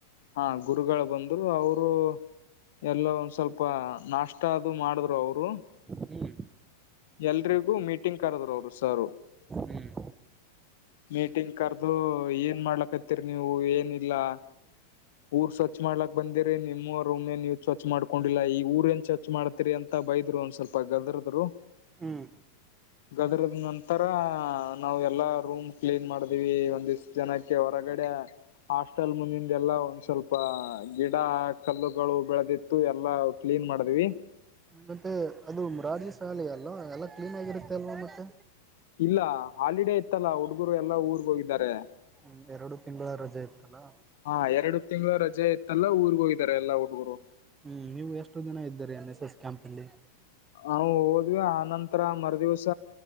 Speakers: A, on the left; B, on the right.
A: ಹಾ ಗುರುಗಳು ಬಂದ್ರು ಅವರು. ಎಲ್ಲ ಒಂದ್ ಸ್ವಲ್ಪ ನಾಷ್ಟ ಅದು ಮಾಡಿದ್ರು ಅವರು.
B: ಹ್ಮ್
A: ಎಲ್ರಿಗೂ ಮೀಟಿಂಗ್ ಕರದ್ರು ಅವರು ಸಾರ.
B: ಹ್ಮ್
A: ಮೀಟಿಂಗ್ ಕರೆದು ಏನ್ ಮಾಡ್ಲಕತಿ. ರಿ ನೀವು ಏನಿಲ್ಲಾ ಊರ್ ಸ್ವಚ್ ಮಾಡ್ಲಕ್ ಬಂದಿರಿ ನಿಮ್ಮ ರೂಮ್ ನ್ ನೀ. ಸ್ವಚ್ ಮಾಡ್ಕೊಂಡಿಲ್ಲಾ ಈ ಊರ ನ್ ಸ್ವಚ್ ಮಾಡ್ತಿೀರಿ ಅಂತ ಬೈದ್ರು ಒಂದ್ ಸ್ವಲ್ಪ ಗದ್ರದರು.
B: ಹ್ಮ್.
A: ಗದ್ರದ್ ನಂತರ ನಾವ್ ಎಲ್ಲಾ ರೂಮ್ ಕ್ಲೀನ್ ಮಾಡ. ಒ ಒಂದ್ ಇಷ್ಟು ಜನಕ್ಕೆ ಹೊರಗಡೆ. ಹಾಸ್ಟೆಲ್ ಮುಂದಿಂದ್ ಎಲ್ಲಾ ಒಂದ್ ಸ್ವಲ್ಪ ಗಿಡ ಕಲ್ಲುಗಳು ಬೆಳೆದಿತ್ತು ಎಲ್ಲಾ ಕ್ಲೀನ್ ಮಾಡದೀವಿ.
B: ಮತ್ತೆ ಅದು ರಾಜ ಶಾಳಿ ಅಲ್ವಾ ಎಲ್ಲಾ ಕ್ಲೀನ್ ಆಗಿರುತ್ತೆ ಅಲ್ವಾ ಮತ್ತೆ.
A: ಇಲ್ಲ ಹಾಲಿಡೇ ಇತ್ತಲ್ಲ ಹುಡುಗರು ಎಲ್ಲಾ ಊರಗ್ ಹೋಗಿದ್ದಾರೆ.
B: ಹ್ಮ್ ಎರಡು ತಿಂಗಳ ರಜೆ ಇತ್ತಲ್ಲಾ.
A: ಹಾ ಎರಡು ತಿಂಗಳು ರಜೆ ಇತ್ತಲ್ಲ ಊರಗೆ ಹೋಗಿದ್ದಾರೆ ಎಲ್ಲಾ ಹುಡುಗರು.
B: ಹ್ಮ್ ನೀವು ಎಷ್ಟು ಜನ ಇದ್ದೀರಿ ಎನ್ ಎಸ್ ಎಸ್ ಕ್ಯಾಂಪ್ ಅಲ್ಲಿ
A: ನಾವು ಹೋದ್ವಿ ಆನಂತರ ಮರ್ ದಿವಸ